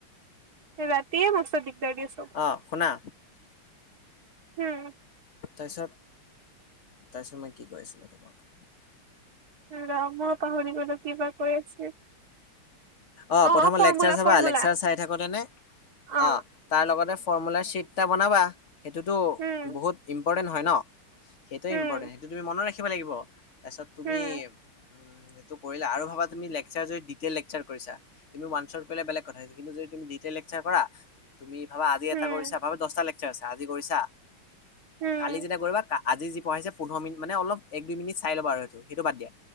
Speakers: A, on the right; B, on the left.
A: ৰাতিয়ে মস্ত দিগদাৰ দিয়ে সব।
B: অঁ শুনা।
A: হম।
B: তাৰপিছত তাৰপিছত মই কি কৈ আছিলো তোমাক?
A: ৰ মইয়ো পাহৰি গ'লো কি বা কৈ আছিল।
B: অঁ
A: অ
B: প্ৰথমত
A: অ ফৰ্মুলা
B: লেকচাৰ চাবা,
A: ফৰ্মুলা
B: লেকচাৰ চাই থাকোঁতে নে
A: অ
B: অঁ তাৰ লগতে ফৰ্মুলাৰ চিট এটা বনাবা, সেইটোতো
A: উম
B: বহুত ইম্পৰ্টেণ্ট হয় ন। সেইটোৱে
A: উম
B: ইম্পৰ্টেণ্ট, সেইটো তুমি মনত ৰাখিব লাগিব। তাৰপিছত তুমি
A: উম
B: উম, সেইটো কৰিলা আৰু ভাবা তুমি লেকচাৰ যদি ডিটেইল লেকচাৰ কৰিছা তুমি ৱানছট কৰিলে বেলেগ কথা হৈছিল, কিন্তু যদি তুমি ডিটেইল লেকচাৰ কৰা, তুমি ভাবা আজি
A: উম
B: এটা
A: উম
B: কৰিছা, ভাবা দছটা লেক চাৰ আছে আজি কৰিছা,
A: উম
B: কালি যেতিয়া কৰিবা কা আজি যি পঢ়াইছে পোন্ধৰ মিনিট মানে অলপ এক, দুই মিনিট চাই ল'ব আৰু সেইটো, সেইটো বাদ দিয়া।